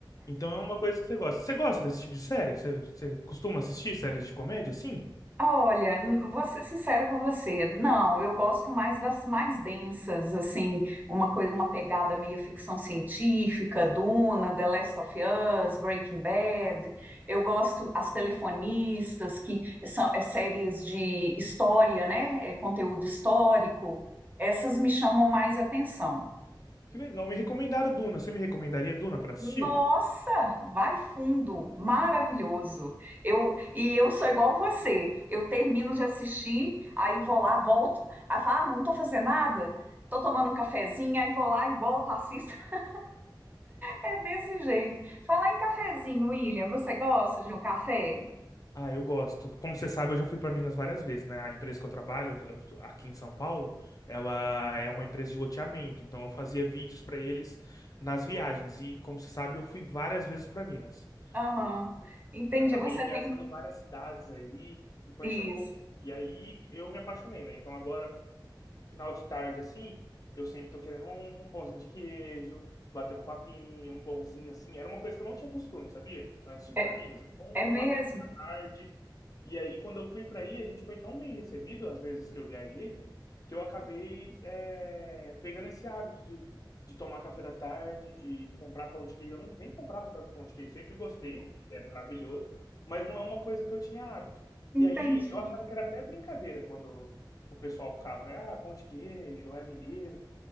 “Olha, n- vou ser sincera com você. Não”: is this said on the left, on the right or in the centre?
Right